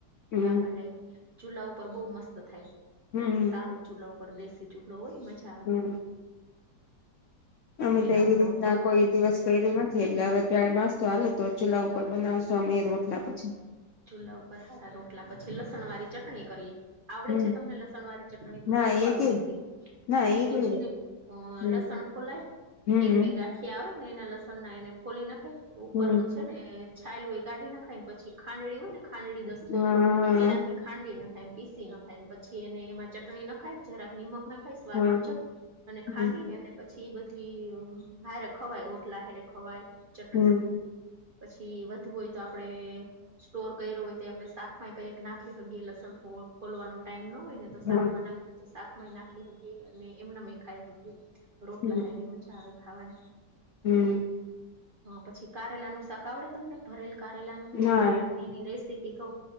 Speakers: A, on the left; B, on the right.
A: હમ
B: લાંબા ટાઈમે. ચૂલા ઉપર બહુ મસ્ત થાય.
A: હમ
B: સારું ચૂલા ઉપર દેશી ચૂલો હોય ને મજા આવે.
A: હમ અમે તો
B: એના
A: એવી
B: ઉપર
A: રીતના
B: રોટલા
A: કોઈ
B: કરી
A: દિવસ. કયરુ નથી એટલે હવે ટ્રાય મારશું હાલો તો ચૂલા ઉપર બનાવશુ અમે રોટલા
B: હા,
A: પછી
B: ચૂલા ઉપર સારા રોટલા પછી લસણ વાળી ચટણી કરીએ. આવડે
A: હમ
B: છે તમને લસણ વાળી ચટણી? તો
A: ના
B: શીખવાડું
A: એ કેવી
B: રેસીપી.
A: ના
B: એ તો
A: કેવી રીતે
B: છે ને અ
A: હમ
B: લસણ ફોલાય
A: હમ
B: એક બે ગા ગાંઠીયા આવે ને એના લસણ ના એને ફોલી નાખાય ઉપરનું
A: હમ
B: છે ને છાલ હોય એ કાઢી ન ખાય ને પછી ખાંડડી હોય ને ખાંડડી દસ્તો
A: હા
B: ને એનાથી ખાંડી નાખાય પીસી નાખાયને પછી એને એમાં ચટણી નાખાય જરાક નિમક નખાય સ્વાદ
A: હા
B: મુજબ અને
A: હમ
B: ખાંડી અને પછી ઈ બધી હારે ખવાય રોટલા હારે ખવાય, ચટણી
A: હમ
B: પછી વધુ હોય તો આપડે, સ્ટોર કર્યો હોય તો આપડણે શાકમાં કયક નાખી હકીયે લસણ ફોલવાનો ટાઈમ ન હોય ને, તો
A: હા
B: શાકમાં નાખવી તો શાકમાં ય નાખી હકીએ અને એમનામે ય ખાય હકીયે રોટલા
A: હમ
B: હારે એમ મજા આવે ખાવાની,
A: હમ,
B: હ પછી કારેલાનું શાક આવડે તમને ભરેલ, કારેલાનું ન તો
A: ના
B: એની રેસીપી કઉ